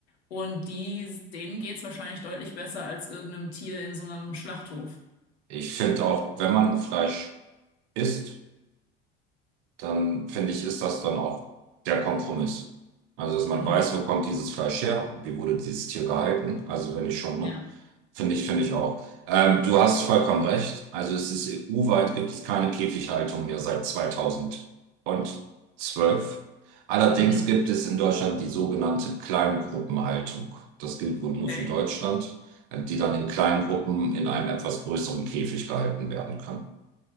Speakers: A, on the left; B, on the right.
A: Und die, denen geht's wahrscheinlich deutlich besser als irgendeinem Tier in so einem Schlachthof.
B: ich finde auch, wenn man Fleisch isst, dann finde ich, ist das dann auch der Kompromiss. Also, dass man
A: Mhm.
B: weiß, wo kommt dieses Fleisch her, wie wurde dieses Tier gehalten. Also, wenn ich schon, ne?
A: Ja.
B: Finde ich, finde ich auch. Ähm, du hast vollkommen recht. Also, es ist EU-weit gibt es keine Käfighaltung mehr seit 2012. Allerdings
A: Mhm.
B: gibt es in Deutschland die sogenannte Kleingruppenhaltung. Das gilt wohl nur
A: Okay.
B: für Deutschland, äh, die dann in kleinen Gruppen in einem etwas größeren Käfig gehalten werden kann.